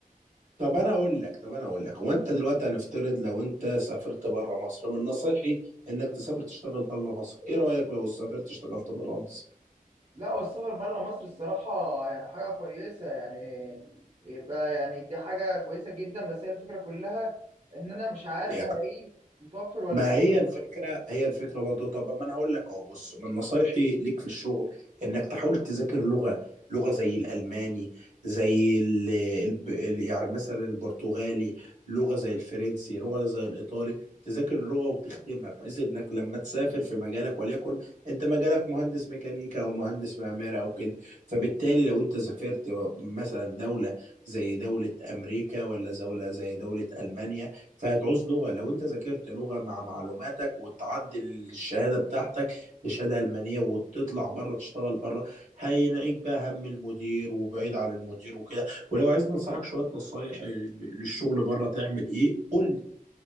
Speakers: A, on the right; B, on the right.
A: طب انا اقول لك طب انا اقول لك هو انت دلوقتي هنفترض لو انت سافرت بره مصر من نصيحي انك تسافر تشتغل بره مصر ايه رايك لو سافرت اشتغلت بره مصر
B: لا والسفر بره مصر الصراحة يعني حاجة كويسة يعني يبقى يعني دي حاجة كويسة جدا بس هي الفكرة كلها إن أنا مش عارف
A: يعني
B: هلاقيه متوفر ولا
A: ما هي الفكرة هي الفكرة برضه طب ما انا هقول لك اهو بص من نصايحي ليك في الشغل انك تحاول تذاكر لغة لغة زي الألماني زي ال الب- ال- يعني مثلا البرتغالي لغة زي الفرنسي لغة زي الإيطالي تذاكر اللغة وتختمها بحيث انك لما تسافر في مجالك وليكن انت مجالك مهندس ميكانيكا او مهندس معماري او كده فبالتالي لو انت سافرت مثلا دولة زي دولة امريكا ولا دولة زي دولة ألمانيا فهتعوز لغة لو انت ذاكرت لغة مع معلوماتك وتعدل الشهادة بتاعتك بشهادة ألمانية وتطلع بره تشتغل بره هينعيك بقى هم المدير وبعيد عن المدير وكده ولو عايز ننصحك شوية نصايح للشغل بره تعمل ايه قول لي.